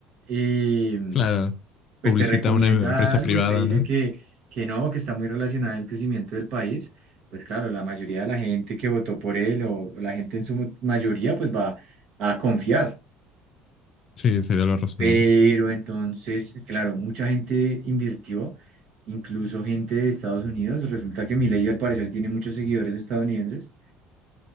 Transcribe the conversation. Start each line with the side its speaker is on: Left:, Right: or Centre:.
Right: eh,
Left: claro.
Right: pues
Left: Publicita
Right: te recomienda
Left: una empresa
Right: algo
Left: privada,
Right: y te dice
Left: ¿no?
Right: que, que no, que está muy relacionado el crecimiento del país, pues claro, la mayoría de la gente que votó por él o, o la gente en su mayoría pues va a confiar.
Left: Sí, sería lo razonable.
Right: Pero entonces, claro, mucha gente invirtió, incluso gente de Estados Unidos. Resulta que Milei al parecer tiene muchos seguidores estadounidenses.